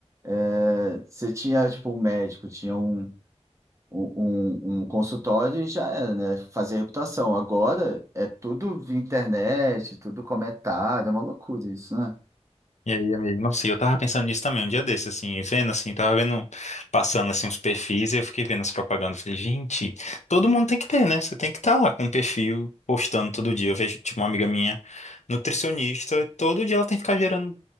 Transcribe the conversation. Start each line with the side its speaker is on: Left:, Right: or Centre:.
Right: É, você tinha, tipo, um médico, tinha um, um, um- um consultório e já era, né? Fazer reputação. Agora é tudo via internet, tudo comentário, é uma loucura isso, né?
Left: E aí, amigo? Nossa, e eu tava pensando nisso também um dia desse, assim, vendo assim, tava vendo, passando assim uns perfis e eu fiquei vendo as propagandas. Falei, gente, todo mundo tem que ter, né? Você tem que estar lá com um perfil, postando todo dia. Eu vejo, tipo, uma amiga minha, nutricionista, todo dia ela tem que ficar gerando,